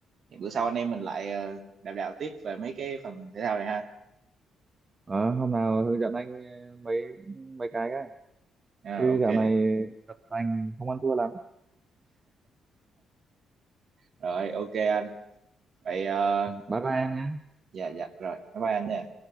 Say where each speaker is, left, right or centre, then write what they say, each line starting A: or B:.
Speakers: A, on the right (about 55°); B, on the right (about 30°).
A: bữa sau anh em mình lại ờ, đàm đạo tiếp về mấy cái phần thể thao này ha
B: Ờ, hôm nào hướng dẫn anh ờ, mấy mấy cái cái
A: à,
B: chứ
A: ok
B: dạo này tập tành không ăn thua lắm
A: rồi ok anh vậy ờ,
B: bye bye em nhé
A: dạ dạ rồi bye bye anh nha